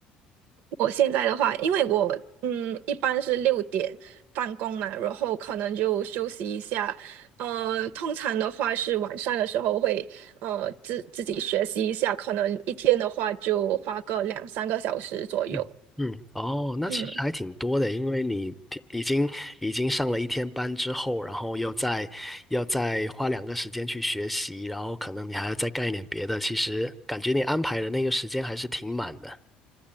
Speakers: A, on the right; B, in the centre.
A: 我现在的话，因为我嗯一般是六点放工嘛，然后可能就休息一下。呃，通常的话是晚上的时候会呃自自己学习一下，可能一天的话就花个两三个小时左右。
B: 嗯嗯，哦，那其实还挺多的，
A: 嗯，
B: 因为你平已经已经上了一天班之后，然后又再要再花两个时间去学习，然后可能你还要再干一点别的，其实感觉你安排的那个时间还是挺满的。